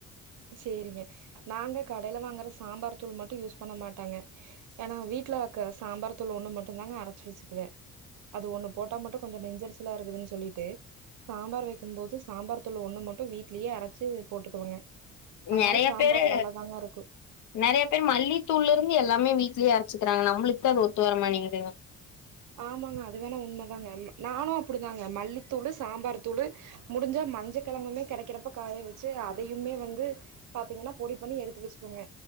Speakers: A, on the right; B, on the left.
A: சேரிங்க நாங்க கடைல வாங்குற சாம்பார் தூள் மட்டு யூஸ் பண்ண மாட்டாங்க ஏனா வீட்டுவக்க சாம்பார் தூள் ஒண்ணு மட்டுந்தாங்க அரச்சு வச்சுக்குவே அது ஒண்ணு போட்டா மட்டு கொஞ்சொ நெஞ்செரிச்சலா இருக்குதுன் சொல்லிட்டு சாம்பார் வெக்கும் போது சாம்பார் தூள் ஒண்ணு மட்டு வீட்லயே அரச்சு போட்டுக்குவங்க அதனால
B: நெறையா
A: சாம்பார்
B: பேரு
A: நல்லாதாங்க இருக்கும்.
B: நெறைய பேரு மல்லித்தூள்லருந்து எல்லாமே வீட் லயே அரச்சுக்றாங்க நம்ளுக் தாது ஒத்து வர மாட்டேங்குதுங்க
A: ஆமாங்க அது வேணா உண்மதாங்க நானு அப்டிதாங்க மல்லித்தூளு சாம்பாருத்தூளு முடிஞ்சா மஞ்ச கெழங்குமே கெடைக்கிறப்ப காய வச்சு அதயுமே வந்து பாத்திங்கனா பொடி பண்ணி எடுத்து வச்சிக்குவங்க